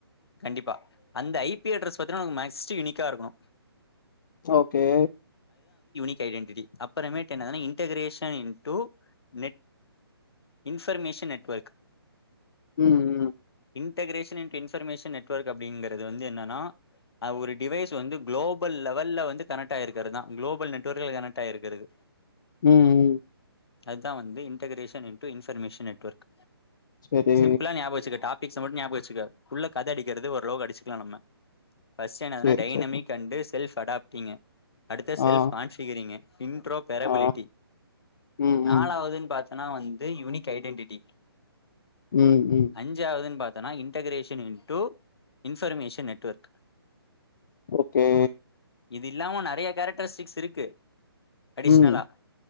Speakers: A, on the left (about 70°); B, on the left (about 50°).
A: கண்டிப்பா அந்த ஐ பி அட்ரஸ் பாத்தீங்கனா <unintelligible> வந்து மேக்ஸ் ச்சு யூனிக்கா இருக்கணு
B: ஓகே
A: <unintelligible> ஐடென்ட்டி அப்புறமேட்டு என்னன்னா integration into net information network
B: உம் உம்
A: இன்டகரேஷன் அன்ட் இன்ஃபர்மேஷன் நெட்வொர்க் அப்டிங்கறது வந்து என்னன்னா அது ஒரு டிவைஸ் வந்து குளோபல் லெவல்ல வந்து கனெக்ட்ட் ஆயிருக்கிறதுதா குளோபல் நெட்ஒர்க்ல கனெக்ட் ஆயிருக்கிறது
B: ம் ம்
A: அதான் வந்து இன்டெகரேஷன் இண்ட்டு இன்ஃபர்மேஷன் நெட்வொர்க்
B: சரி
A: சிம்பிளா ஞாபக வச்சுக்கட்டா ஃபிக்ச மட்டு ஞாபகோ வச்சுக்க உள்ள கத அடிக்கிறது ஓரளவுக்கு அடிச்சிக்கலா நம்ம ஃபர்ஸ்ட் என்னதுன்னா
B: சேரி
A: டைனமிக்
B: சரி
A: அண்டு செல்ஃப் அடாப்ட்டிங்கு அடுத்த செல்ஃப்
B: ஆ
A: கான்ஃபிகங்கரிங் இன்ட்ரோபாரபிலிட்டி
B: ஆ ம்
A: நாலாவதுன்னு
B: ம்
A: பாத் னா வந்து யூனிக் ஐடென்டிடி
B: ம் ம்
A: அஞ்சாவதுன்னு பாத் இதெல்லாம் integration into information network
B: okay
A: இது இல்லாமும் நிறைய கேரக்டரிஸ்டிக்ஸ் இருக்கு அடிஷ்னலா
B: ம்